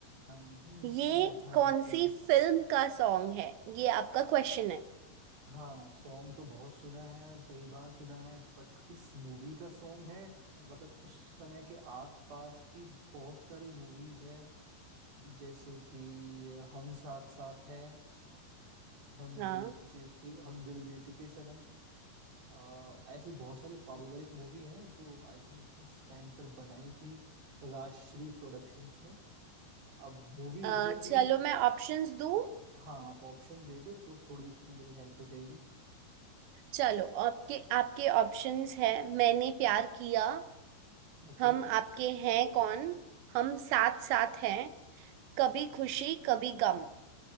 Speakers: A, on the right; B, on the right.
A: हाँ भैया
B: ये
A: भाभी
B: कौन सी
A: को
B: फिल्म का सॉन्ग है ये आपका क्वेश्चन है
A: हाँ सॉन्ग तो बहुत सुना है और कई बार सुना है बट किस मूवी का सॉन्ग है मतलब उस समय के आसपास की बहुत सारी मूवीज है जैसे कि हम साथ साथ है हम
B: हाँ
A: दिल चुके हम दिल दे चुके सनम अ, ऐसी बहुत सारी पारिवारिक मूवी है जो आई थिंक उस टाइम पर बनाई थी राजश्री प्रोडक्शंस ने अब मूवी एग्जैक्टली
B: अ, चलो
A: exactly,
B: मैं ऑप्शंस दूँ
A: हाँ आप ऑप्शन दे दो तो थोड़ी उसमें मेरी हेल्प हो जाएगी
B: चलो आपके आपके ऑप्शंस है मैंने प्यार किया
A: ओके
B: हम आपके हैं कौन हम साथ साथ हैं कभी खुशी कभी गम